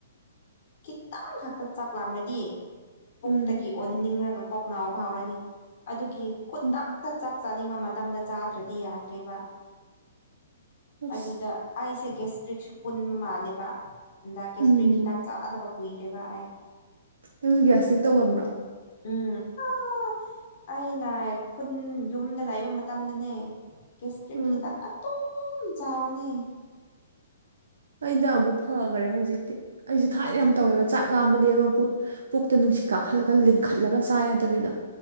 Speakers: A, on the left; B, on the right.
A: ꯈꯤꯇꯪ ꯈꯛꯇ ꯆꯥꯛꯂꯝꯥꯂꯗꯤ ꯄꯨꯛꯇꯒꯤ
B: ꯎꯝ
A: ꯑꯣꯟꯅꯤꯡꯂꯒ ꯀꯣꯛ ꯉꯥꯎ ꯐꯥꯎꯔꯅꯤ ꯑꯗꯨꯒꯤ ꯈꯨꯗꯛꯇ
B: ꯎꯝ
A: ꯆꯥꯛ ꯆꯥꯅꯤꯡꯕ ꯃꯇꯝꯗ ꯆꯥꯗ꯭ꯔꯗꯤ ꯌꯥꯗ꯭ꯔꯦꯕ
B: ꯑꯁ
A: ꯑꯗꯨꯗ ꯑꯩꯁꯦ ꯒꯦꯁꯇ꯭ꯔꯤꯛꯁꯨ ꯄꯨꯟꯕ ꯃꯥꯜꯂꯦꯕ ꯍꯟꯗꯛ ꯒꯦꯁꯇ꯭ꯔꯤꯛ
B: ꯎꯝ
A: ꯍꯤꯗꯥꯛ ꯆꯥꯗꯕ ꯍꯨꯏꯗꯕ ꯑꯩꯥꯏ
B: ꯅꯪꯁꯨ ꯒ꯭ꯌꯥꯁꯇꯤꯛ ꯇꯧꯒꯝꯕ꯭ꯔꯣ
A: ꯎꯝ ꯑ ꯑꯩꯅ ꯈꯨꯟ ꯌꯨꯝꯗ ꯂꯩꯕ ꯃꯇꯝꯗꯅꯦ ꯀꯦꯁꯇꯔꯤꯈꯤ
B: ꯎꯝ
A: ꯇꯀꯥ ꯑꯗꯨꯨ ꯆꯥꯎꯅꯦ
B: ꯑꯩꯅ ꯑꯃꯨꯛ ꯐꯈꯔꯦ ꯍꯧꯖꯤꯛꯇꯤ ꯑꯩꯁꯦ ꯊꯥꯏꯅ ꯌꯥꯝ ꯇꯧꯋꯦꯕ ꯆꯥꯛ ꯂꯥꯝꯕꯗꯤ ꯑꯃ ꯠ ꯄꯨꯛꯇ ꯅꯨꯡꯁꯤꯠꯥꯈꯠꯂꯒ ꯂꯤꯡꯈꯠꯂꯒ ꯆꯥ ꯌꯥꯗꯕꯤꯗ